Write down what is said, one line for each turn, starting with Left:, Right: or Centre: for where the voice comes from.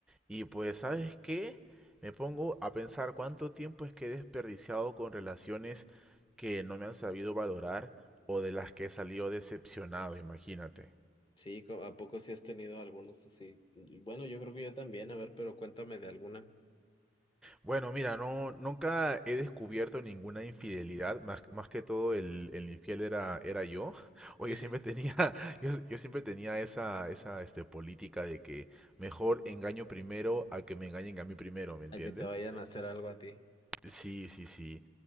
Centre: Y pues, ¿sabes qué? Me pongo a pensar cuánto tiempo es que he desperdiciado con relaciones que no me han sabido valorar o de las que he salido decepcionado, imagínate.
Left: Sí, co- ¿a poco sí has tenido algunos así? Y Bueno, yo creo que yo también, a ver, pero cuéntame de alguna.
Centre: Bueno, mira, no, nunca he descubierto ninguna infidelidad, más, más que todo el, el infiel era, era yo. <laughs> O
Left: <laughs>
Centre: yo siempre tenía, <laughs> yo, yo siempre tenía esa, esa este, política de que mejor engaño primero a que me engañen a mí primero, ¿me entiendes?
Left: A que te vayan a hacer algo a ti.
Centre: Sí, sí, sí.